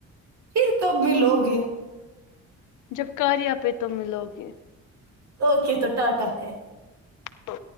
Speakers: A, on the right; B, on the left.
A: پھر تب ملو گے
B: جب کار آ پہ تو ملو گے
A: اوکے تو ٹاٹا ہے
B: تو